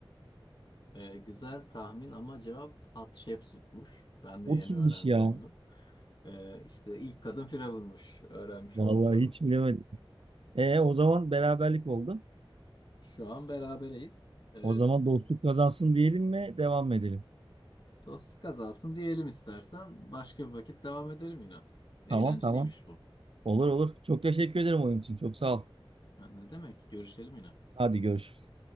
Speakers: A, on the left; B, on the right.
A: Ee, güzel tahmin ama cevap Hatshepsut'muş. Ben de
B: O
A: yeni
B: kimmiş
A: öğrendim
B: ya?
A: bunu. Ee, işte ilk kadın firavunmuş. Öğrenmiş
B: Vallahi
A: olduk onu.
B: hiç bilemedim. E o zaman beraberlik oldu.
A: Şu an berabereyiz. Ee,
B: O zaman dostluk kazansın diyelim mi? Devam mı edelim?
A: dost kazansın diyelim istersen. Başka bir vakit devam edelim yine. Eğlenceliymiş
B: Tamam tamam.
A: bu.
B: Olur olur. Çok teşekkür ederim oyun için. Çok sağ ol.
A: Ha, ne demek? Görüşelim yine.
B: Hadi görüşürüz.